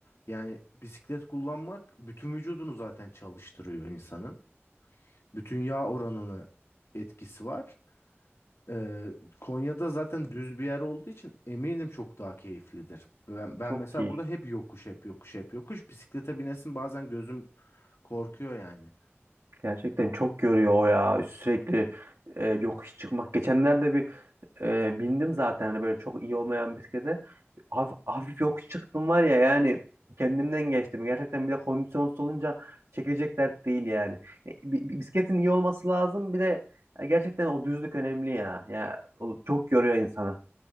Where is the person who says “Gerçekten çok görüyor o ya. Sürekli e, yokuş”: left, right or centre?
Right